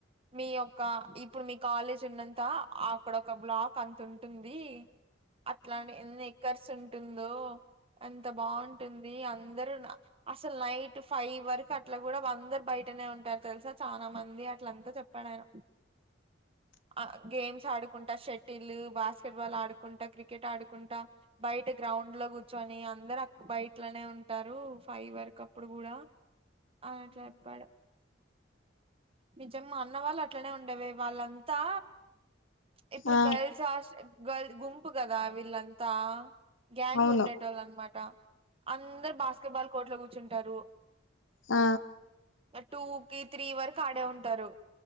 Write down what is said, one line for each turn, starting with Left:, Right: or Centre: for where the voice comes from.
Right: మీ యొక్క ఇప్పుడు మీ కాలేజ్ ఉన్నంత అక్కడ ఒక బ్లాక్ అంత ఉంటుంది అట్లని ఎన్ని ఎక్కర్స్ ఉంటుందో ఎంత బాగుంటుంది అందరు అసలు నైట్ ఫైవ్ వరకు అట్లా కూడా అందరు బయటనే ఉంటారు తెలుసా చాలా మంది అట్లంతా చెప్పాడు ఆయన ఆ గేమ్స్ ఆడుకుంటా షటిల్, బాస్కెట్ బాల్ ఆడుకుంటా క్రికెట్ ఆడుకుంటా బయట గ రౌండ్ లో కూర్చొని అందరు అ బయట్ లోనే ఉంటారు ఫైవ్ వరకు అప్పుడు కూడా అని చెప్పాడు నిజం మా అన్న వాళ్ళు అట్లనే ఉండేవే వాళ్ళంతా ఇప్పుడు
Left: ఆ
Right: గర్ల్స్ హాస్టల్ ఆ గల్ గుంపు కదా వీళ్ళంతా గ్యాంగ్
Left: అవును
Right: ఉండేటోళ్ళు అనమాట అందరు బాస్కెట్బాల్ కోర్ట్ లో కూర్చుంటారు
Left: ఆ
Right: బట్ టూ కి త్రీ వరకు ఆడే ఉంటారు